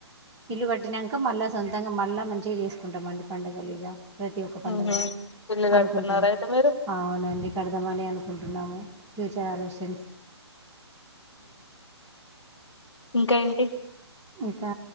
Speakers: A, on the right; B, on the left.
A: ఇల్లు కట్టినాక మళ్ళా సొంతంగా మళ్ళా మంచిగా చేసుకుంటాంమండి పండుగలు ఇగ ప్రతి ఒక్క పడుగ
B: ఉహు ఇల్లు కడుతున్నారా
A: అనుకుంటున్నా
B: అయితే మీరు
A: అవునండి కడదామని అనుకుంటున్నాము ఫ్యూచర్ ఆలోచన
B: ఇంకా ఏంటి
A: ఇంకా